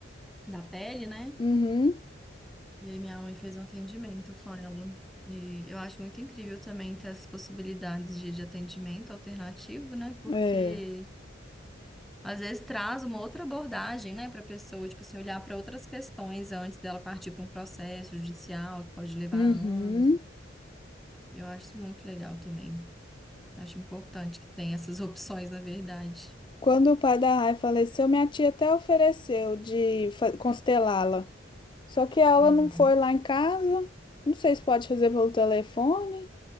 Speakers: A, in the centre; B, on the left.
A: da pele, né?
B: Uhum.
A: E aí minha mãe fez um atendimento com ela. E eu acho muito incrível também ter essas possibilidades de, de atendimento alternativo, né? Porque
B: É.
A: Às vezes traz uma outra abordagem, né, para a pessoa, tipo assim, olhar para outras questões antes dela partir para um processo judicial, que pode levar
B: Uhum.
A: anos. Eu acho isso muito legal também. Acho importante que tenha essas opções, na verdade.
B: Quando o pai da Rai faleceu, minha tia até ofereceu de fa- constelá-la. Só que ela
A: Uhum,
B: não foi lá em casa. Não sei se pode fazer pelo telefone.